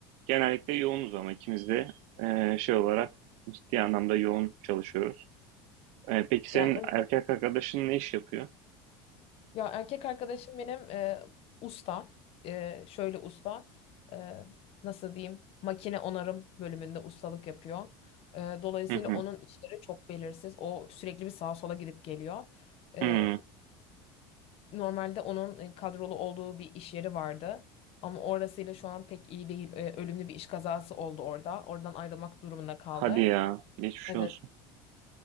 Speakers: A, on the right; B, on the left.
A: genellikle yoğunuz ama ikimiz de e, şey olarak ciddi anlamda yoğun çalışıyoruz. E, peki senin
B: Ya
A: erkek arkadaşın ne iş yapıyor?
B: Ya erkek arkadaşım benim e, usta. E, şöyle usta. E, nasıl diyeyim? Makine onarım bölümünde ustalık yapıyor. E, dolayısıyla
A: Hı hı.
B: onun işleri çok belirsiz. O sürekli bir sağa sola gidip geliyor. E,
A: Hıı.
B: normalde onun e, kadrolu olduğu bir iş yeri vardı. Ama orasıyla şu an pek iyi değil. E, ölümlü bir iş kazası oldu orada. Oradan ayrılmak durumunda kaldı.
A: Hadi ya. Geçmiş
B: Evet.
A: olsun.